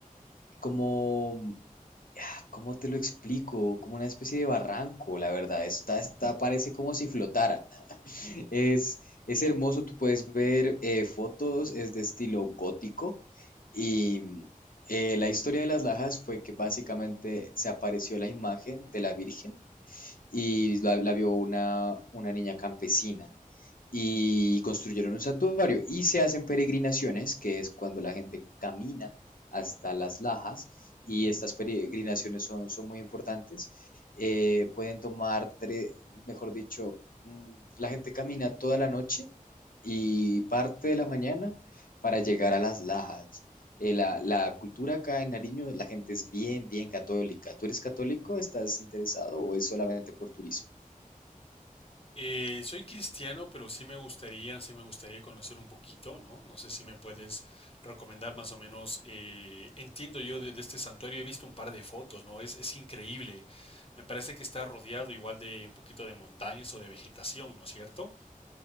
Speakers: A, on the left; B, on the left.
A: como ah, ¿Cómo te lo explico? Como una especie de barranco, la verdad. Está, está, parece como si flotara. Es, es hermoso, tú puedes ver eh, fotos, es de estilo gótico y mm, eh, la historia de las Lajas fue que básicamente se apareció la imagen de la Virgen y la, la vio una, una niña campesina y construyeron un santuario y se hacen peregrinaciones, que es cuando la gente camina hasta las lajas y estas peregrinaciones son, son muy importantes. Eh, pueden tomar, tres, mejor dicho, mm, la gente camina toda la noche y parte de la mañana para llegar a las lajas. Eh, la, la cultura acá en Nariño, la gente es bien, bien católica. ¿Tú eres católico? ¿Estás interesado o es solamente por turismo?
B: Eh, soy cristiano, pero sí me gustaría, sí me gustaría conocer un poquito, ¿no? No sé si me puedes recomendar más o menos, eh, entiendo yo de, de este santuario, he visto un par de fotos, ¿no? Es, es increíble. Me parece que está rodeado igual de un poquito de montañas o de vegetación, ¿no es cierto?